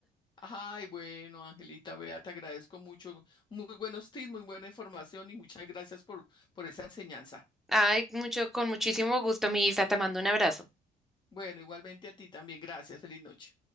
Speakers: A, on the left (about 25°); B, in the centre.
A: Ay, bueno, Angelita, vea, te agradezco mucho. Muy buenos tips, muy buena información y muchas gracias por, por esa enseñanza.
B: Ay, mucho, con muchísimo gusto, mi Isa, te mando un abrazo.
A: Bueno, igualmente a ti también, gracias. Feliz noche.